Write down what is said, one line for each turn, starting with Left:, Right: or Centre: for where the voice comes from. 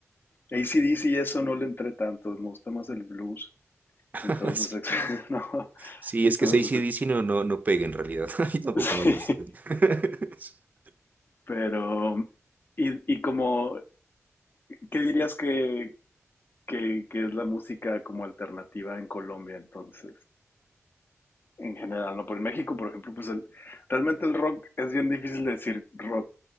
Left: AC/DC y eso no le entré tanto, me gusta más el blues,
Right: <laughs>
Left: entonces,
Right: Sí,
Left: <laughs> ex- no,
Right: sí,
Left: entonces,
Right: es que ac no, no, no pega en realidad. <laughs> A mí tampoco
Left: <laughs> sí,
Right: me gusta. <laughs>
Left: pero, y, y como, ¿qué dirías que, que, que es la música como alternativa en Colombia, entonces, en general, ¿no? Por en México, por ejemplo, pues el, realmente el rock es bien difícil de decir rock